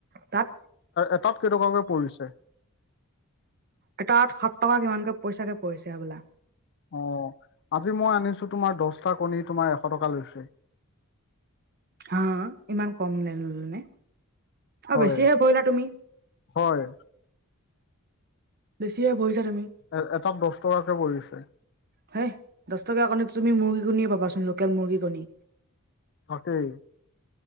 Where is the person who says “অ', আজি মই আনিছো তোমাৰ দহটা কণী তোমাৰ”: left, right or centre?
Left